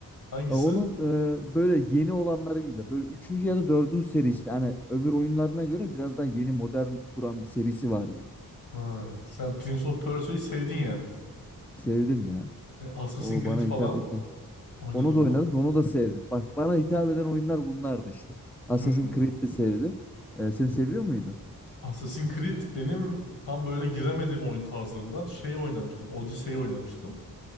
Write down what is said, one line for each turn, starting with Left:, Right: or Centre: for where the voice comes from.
Left: Hangisi?
Centre: Ee, Onun e, böyle yeni olanları güzel. Böyle üçüncü ya da dördüncü serisi. Hani öbür oyunlarına göre biraz daha yeni modern duran bir serisi vardı.
Left: Ha, sen Prince of Persia'yı sevdin yani.
Centre: Sevdim ya.
Left: E, Assassin's
Centre: O
Left: Creed
Centre: bana
Left: falan
Centre: hitap etti.
Left: oynadın
Centre: Onu da
Left: mı?
Centre: oynadım. Onu da sevdim. Bak bana hitap eden oyunlar bunlardı işte. Assassin's
Left: Hmm.
Centre: Creed'i de sevdim. Ee, sen seviyor muydun?
Left: Assassin's Creed benim tam böyle giremediğim oyun tarzlarından şey oynamıştım. Odyssey'i oynamıştım.